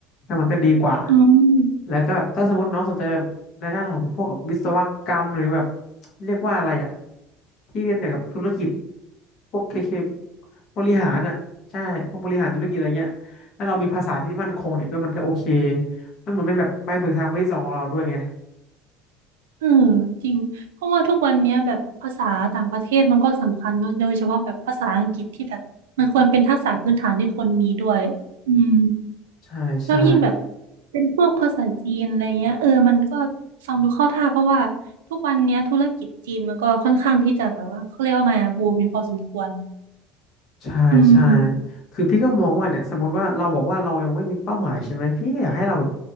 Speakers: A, on the left; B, on the right.
A: ก็มันก็ดีกว่า
B: อืม
A: แล้วก็แบบถ้าสมมติน้องสนใจแบบในด้านของพวกกับวิศวกรรมหรือแบบเรียกว่าอะไรอ่ะที่เรียนเกี่ยวกับธุรกิจพวกเคเคบริหารอ่ะใช่พวกบริหารธุรกิจอะไรเงี้ยแล้วเรามีภาษาที่มั่นคงเนี่ยเพื่อมันก็โอเคมันเหมือนเป็นแบบใบเบิกทางใบที่สองของเราด้วยไง
B: เออจริงเพราะว่าทุกวันเนี้ยแบบภาษาต่างประเทศมันก็สำคัญเนาะโดยเฉพาะแบบภาษาอังกฤษที่แบบมันควรเป็นทักษะพื้นฐานที่คนมีด้วยอืม
A: ใช่ใช่
B: แล้วยิ่งแบบเป็นพวกภาษาจีนอะไรเงี้ยเออมันก็ฟังดูเข้าท่าเพราะว่าทุกวันเนี้ยธุรกิจจีนมันก็ค่อนข้างที่จะแบบว่าเขาเรียกว่าไงอะบูมมีพอสมควร
A: ใช่ใช่
B: อืม
A: คือพี่ก็มองว่าเนี่ยสมมติว่าเราบอกว่าเรายังไม่มีเป้าหมายใช่ไหมพี่ก็อยากให้เราแบบ